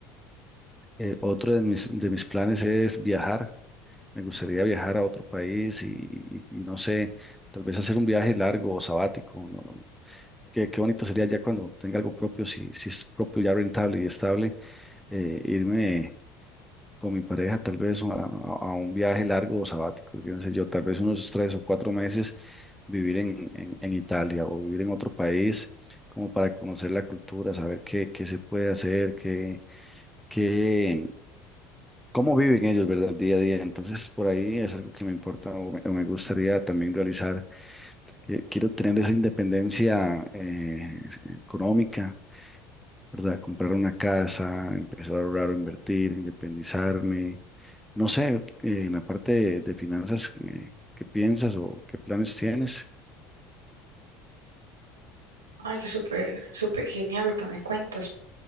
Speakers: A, in the centre; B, on the right.
A: eh, otro de mis, de mis planes es viajar Me gustaría viajar a otro país y, y- y no sé, tal vez hacer un viaje largo o sabático, ¿no? Qué, qué bonito sería ya cuando tenga algo propio, si, si es propio ya rentable y estable, eh, irme con mi pareja tal vez a, a- a un viaje largo o sabático, yo no sé yo, tal vez unos tres o cuatro meses vivir en, en- en Italia o vivir en otro país como para conocer la cultura, saber qué, qué se puede hacer, qué, qué, cómo viven ellos, ¿verdad? El día a día. Entonces, por ahí es algo que me importa o me, o me gustaría también realizar. que Quiero tener esa independencia eh, económica, ¿verdad? Comprar una casa, empezar a ahorrar o invertir, independizarme. No sé, eh, en la parte de, de finanzas, eh, ¿qué piensas o qué planes tienes?
B: Ay, qué súper, súper genial lo que me cuentas.